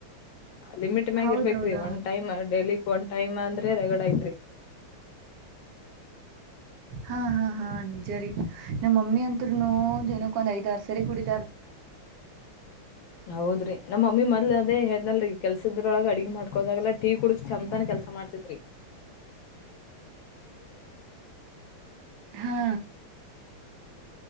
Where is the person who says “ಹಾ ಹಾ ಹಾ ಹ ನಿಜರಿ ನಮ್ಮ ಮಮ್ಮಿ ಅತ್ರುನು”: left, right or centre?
Right